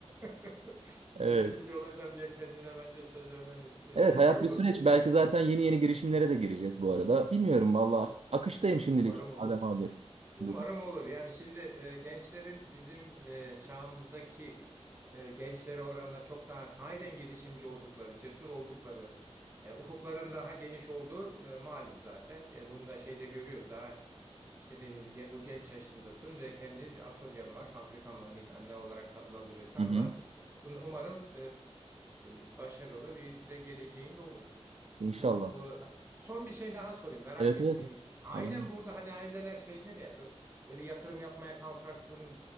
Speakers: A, on the right; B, on the right.
A: <laughs>
B: Evet.
A: girişimci olacağım diye kendine bence söz vermen e,
B: Evet hayat
A: iyi olur.
B: bir süreç. Belki zaten yeni yeni girişimlere de gireceğiz bu arada. Bilmiyorum valla. Akıştayım şimdilik
A: Umarım olur.
B: Adem abi.
A: Umarım
B: Dur.
A: olur. Yani şimdi e, gençlerin bizim e, çağımızdaki e, gençlere oranla çok daha sahiden girişimci oldukları, cesur oldukları, e, ufukların daha geniş olduğu e, malum zaten. E, bunu da şeyde görüyoruz. Daha işte ne bileyim ge- bu genç yaşındasın ve kendi bir atölyen var, fabrikan var. Neyse, ne olarak adlandırıyorsan
B: Hı hı.
A: var. Bunu umarım e, başarılı bir de geleceğin de olur.
B: İnşallah.
A: Bu e, Son bir şey daha sorayım merak
B: Evet
A: ettiğim
B: evet.
A: için. Ailem
B: Adem abi.
A: burada hani aileler şeydir ya bu- böyle yatırım yapmaya kalkarsın